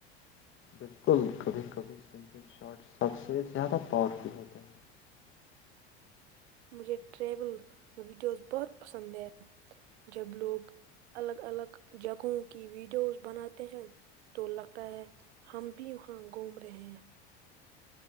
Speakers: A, on the left; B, on the right.
A: بالکل کبھی کبھی سمپل شارٹ سب سے زیادہ پاورفل ہوتے ہیں
B: مجھے ٹریول ویڈیوز بہت پسند ہے جب لوگ الگ الگ جگہوں کی ویڈیوز بناتے ہیں تو لگتا ہے ہم بھی وہاں گھوم رہے ہیں